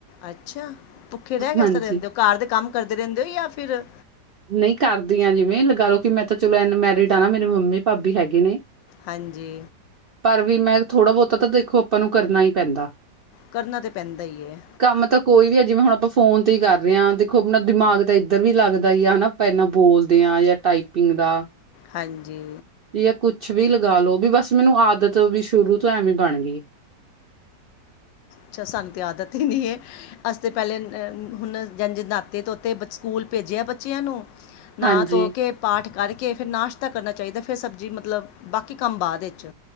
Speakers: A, on the left; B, on the right.
A: ਅੱਛਾ ਭੁੱਖੇ ਰਏ ਕਿਸ
B: ਹਾਂਜੀ
A: ਤਰਾਂ ਰੈਂਦੇ ਹੋ ਘਰ ਦੇ ਕੰਮ ਕਰਦੇ ਰੈਂਦੇ ਹੋ ਜਾਂ ਫਿਰ
B: ਨਹੀਂ ਕਰਦੀ ਆ ਜਿਵੇਂ ਲਗਾ ਲਓ ਕਿ ਮੈਂ ਤਾਂ ਚਲੋ ਇਨਮੈਰਿਡ ਆ ਨਾ ਮੇਰੇ ਮੰਮੀ ਭਾਬੀ ਹੈਗੇ ਨੇ
A: ਹਾਂਜੀ
B: ਪਰ ਵੀ ਮੈਂ ਥੋੜ੍ਹਾ ਬਹੁਤਾ ਤਾਂ ਦੇਖੋ ਆਪਾਂ ਨੂੰ ਕਰਨਾ ਹੀ ਪੈਂਦਾ
A: ਕਰਨਾ ਤਾਂ ਪੈਂਦਾ ਹੀ ਹੈ
B: ਕੰਮ ਤਾਂ ਕੋਈ ਵੀ ਆ ਜਿਵੇਂ ਹੁਣ ਆਪਾਂ ਫੋਨ ਤੇ ਹੀ ਕਰ ਰਹੇ ਹਾਂ, ਦੇਖੋ ਆਪਣਾ ਦਿਮਾਗ ਤਾਂ ਇੱਧਰ ਵੀ ਲੱਗਦਾ ਹੀ ਆ ਹਨਾ ਆਪਾਂ ਇਨਾ ਬੋਲਦੇ ਹਾਂ, ਜਾਂ ਟਾਈਪਿੰਗ ਦਾ
A: ਹਾਂਜੀ
B: ਵੀ ਜਾਂ ਕੁੱਛ ਵੀ ਲਗਾ ਲੋੋ, ਵੀ ਬਸ ਮੈਨੂੰ ਆਦਤ ਵੀ ਸ਼ੁਰੂ ਤੋਂ ਐਵੇਂ ਬਣ ਗਈ
A: ਅੱਛਾ ਸਾਨੂੰ ਤਾਂ ਆਦਤ ਹੀ ਨਹੀਂ ਹੈ, ਅਸੀ ਤਾਂ ਪਹਿਲੇ ਹੁਣ ਜਜ ਨਾਤੇ ਤੋਤੇ ਸਕੂਲ ਭੇਜਿਆ ਬੱਚਿਆਂ ਨੂੰ, ਨਾ
B: ਹਾਂਜੀ
A: ਧੋ ਕੇ ਪਾਠ ਕਰਕੇ ਫਿਰ ਨਾਸ਼ਤਾ ਕਰਨਾ ਚਾਹੀਦਾ ਫਿਰ ਸਬਜ਼ੀ, ਮਤਲਬ ਬਾਕੀ ਕੰਮ ਬਾਅਦ 'ਚ